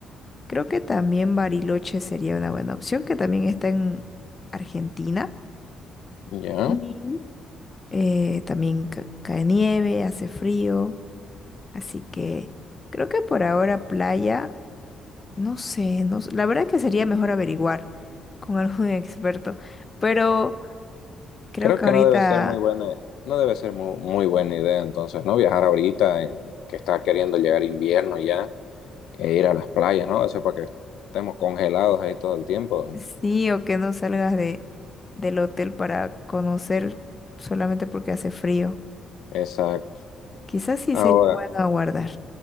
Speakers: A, on the left (about 30°); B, on the left (about 75°).
A: creo que también Bariloche sería una buena opción, que también está en Argentina.
B: Ya.
A: y Eh, también ca- cae nieve, hace frío, así que creo que por ahora playa, no sé, no, s- la verdad que sería mejor averiguar con algún <laughs> experto, pero creo
B: Creo
A: que
B: que
A: ahorita
B: no debe ser muy buena, no debe ser mu- muy, buena idea entonces, ¿no? Viajar ahorita en que está queriendo llegar invierno ya e ir a las playas, ¿no? Eso para que estemos congelados ahí todo el tiempo.
A: Sí, o que no salgas de, del hotel para conocer solamente porque hace frío.
B: Exacto.
A: Quizás sí
B: Ahora,
A: sería bueno aguardar.